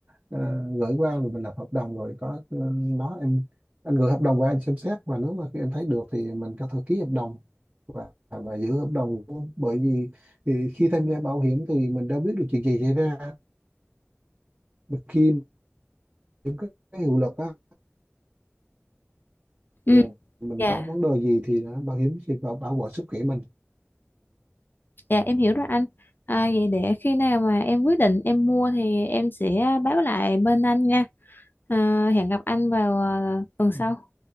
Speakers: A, on the right; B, on the left.
A: ờ, gửi qua rồi mình lập hợp đồng rồi có ờ, nó em anh gửi hợp đồng qua anh xem xét và nếu mà em thấy được thì mình có thể ký hợp đồng và và giữ hợp đồng luôn. bởi vì thì khi tham gia bảo hiểm thì mình đâu biết được chuyện gì xảy ra Mà khi những cái, cái hiệu lực á
B: Ừ,
A: thì mình
B: dạ
A: có vấn đề gì thì bảo hiểm sẽ bảo bảo vệ sức khỏe mình
B: Dạ em hiểu rồi anh. À, vậy để khi nào mà em quyết định em mua thì em sẽ báo lại bên anh nha. À, hẹn gặp anh vào à, tuần
A: ừ.
B: sau.